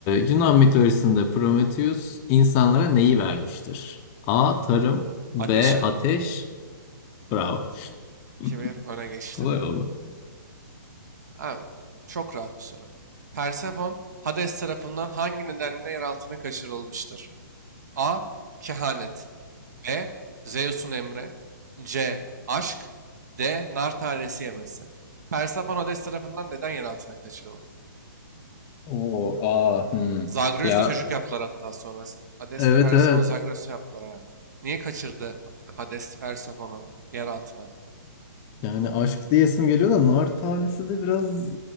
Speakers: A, on the left (about 25°); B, on the right (about 55°).
A: Yunan mitolojisinde Prometheus insanlara neyi vermiştir? A. Tarım B.
B: Ateşe.
A: Ateş Bravo. <laughs>
B: 2 bir öne geçtim.
A: Kolay oldu.
B: Abi, çok rahat bir soru. Persephone, Hades tarafından hangi nedenle yer altına kaçırılmıştır? A. Kehanet B. Zeus'un emri C. Aşk D. Nar tanesi yemesi Persephone Hades tarafından neden yer altına kaçırıldı?
A: Oo, aa, hmm.
B: Zagreus'ta
A: Ya
B: çocuk yaptılar hatta sonra. Hades'le
A: Evet
B: Persephone
A: evet.
B: Zagreus'u yaptılar abi. Niye kaçırdı Hades Persephone'u yer altına?
A: Yani aşk diyesim geliyor da nar tanesi de biraz